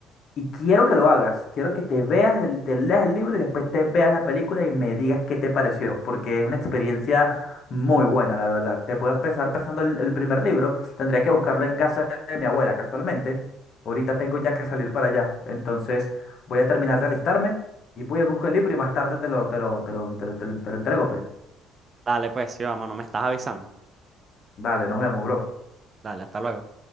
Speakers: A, on the left (about 50°); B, on the right (about 30°).
A: y quiero que lo hagas. Quiero que te veas, el, te leas el libro y después te veas la película y me digas qué te pareció, porque es una experiencia muy buena, la verdad. Te puedo empezar prestando el, el primer libro. Tendría que buscarlo en casa de mi abuela, casualmente. Ahorita tengo ya que salir para allá. Entonces, voy a terminar de alistarme y voy a buscar el libro y más tarde te lo, te lo, te lo, te lo, te lo te lo entrego, pues.
B: Dale, pues sí, vamos, no me estás avisando.
A: Dale, nos vemos, bro.
B: Dale, hasta luego.